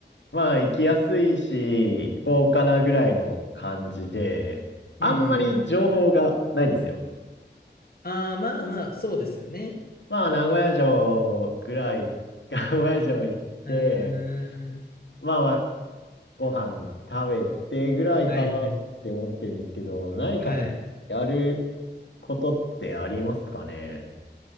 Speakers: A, on the left; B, on the left.
A: まあ、行きやすいし、行こうかなぐらいの感じで、あんまり情報がないんですよ。
B: うんうんうん。ああ、まあまあ、そうですよね。
A: まあ、名古屋城ぐらい、<laughs> 名古屋城行って、
B: うーん。
A: まあまあ、ご飯食べてぐらいかなって思ってるんですけど、
B: はいはい。
A: 何かほやる
B: はい。
A: ことってありますかね。